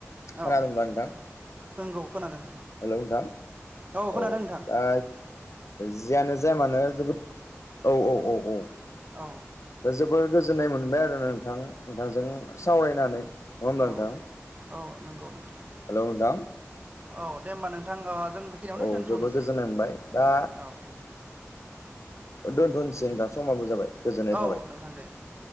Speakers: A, on the left (about 70°); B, on the right (about 30°).
A: खोनादोनबा
B: औ
A: नों‌थां
B: नंगौ खोनादों
A: हेलौ नोंथां
B: खोनादों
A: औ
B: नोंथां
A: दा जियानो जाया मानो जोबोद औ औ औ औ
B: औ
A: दा जोबोर गोजोननाय मोनबाय आरो नोंथां नोंथांजों सावरायनानै होमब्ला नोंथां
B: औ औ नंगौ नोंथां
A: हेलौ नोंथां
B: औ दे होनबा नोंथां बेखिनियावनो
A: औ
B: जों दोनथ'नोसै
A: जोबद गोजोननाय मोनबाय दा
B: औ
A: दोनथुनसिन दा समाबाबो जाबाय गोजोननाय
B: औ
A: थाबाय
B: नोंथां दे